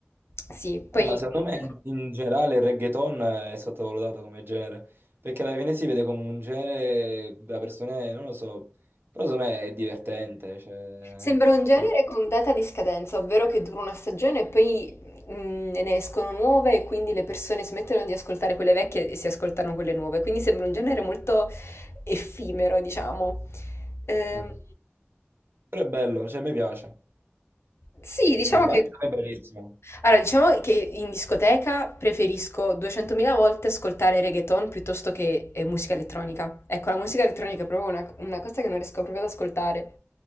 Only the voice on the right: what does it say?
Eh, ma secondo
me in, in generale il reggaeton è sottovalutato come genere, perché alla fine si vede come un genere da persone, non lo so, però secondo me è divertente, cioè,
è bello.
Mm. Però è bello, cioè, mi piace.
Bad Bunny
è bellissimo,